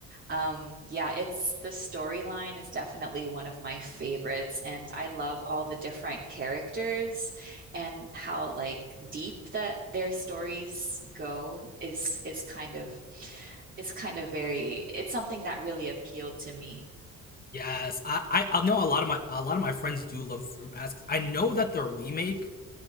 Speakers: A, on the right; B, on the left.
A: um, yeah, it's the storyline is definitely one of my favorites, and I love all the different characters and how like deep that their stories go is is kind of is kind of very it's something that really appealed to me.
B: Yes. I I, I know a lot of my a lot of my friends do love fruit Basket. I know that the remake